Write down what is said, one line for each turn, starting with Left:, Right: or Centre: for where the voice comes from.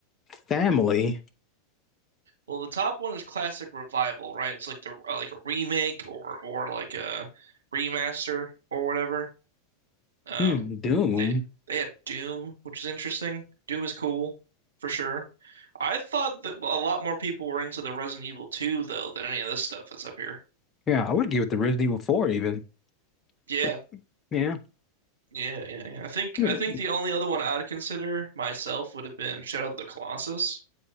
Left: family,
Right: Well, the top one is classic revival, right? It's like the uh, like a remake or or like a remaster or whatever. Um
Left: hmm, Doom.
Right: they they had Doom, which is interesting. Doom is cool for sure. I thought that a lot more people were into the Resident Evil 2 though than any of this stuff that's up here.
Left: Yeah, I would give it the Resident Evil 4 even,
Right: Yeah.
Left: but yeah,
Right: Yeah, yeah, yeah. I think
Left: yeah,
Right: I think the only other one I'd consider myself would have been Shadow of the Colossus.